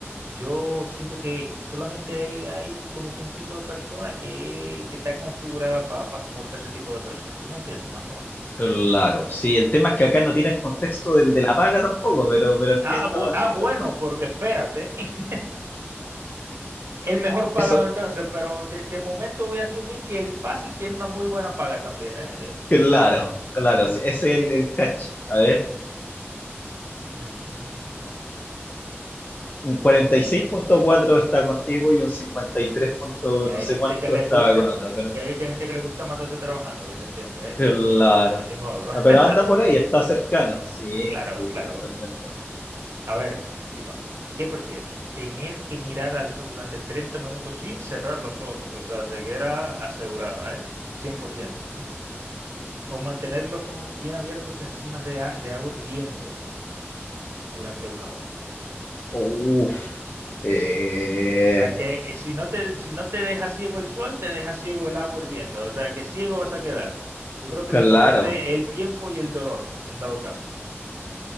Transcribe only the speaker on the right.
Yo siento que solamente hay, hay como que un tipo de persona que, que está configurada para soportar ese tipo de presión. ¿Tú me entiendes? Más o menos.
Ah, bu-
ah, bueno,
porque espérate, <laughs> el mejor pagado
entonces, pero de, de momento voy a asumir que el fácil tiene una muy buena paga también, ¿eh? Que
lo-
Ujú, ujú, ujú.
Cuéntame,
que
hay
gente
que le
gusta,
que hay que gente que le gusta matarse trabajando, que se entiende, ¿eh?
Que, eh, ni modo.
<laughs>
Claro,
claro.
A ver, estimado, ¿qué prefieres? ¿Tener que mirar al sol durante 30 minutos sin cerrar los ojos? O sea, ceguera asegurada, ¿eh? 100%. O mantener los ojos bien abiertos encima de, a- de agua hirviendo durante una hora.
O sea que eh, si no te, si no te deja ciego el sol, te deja ciego el agua hirviendo. O sea que ciego vas a quedar. Yo creo que
lo importante es el tiempo y el dolor, en dado caso.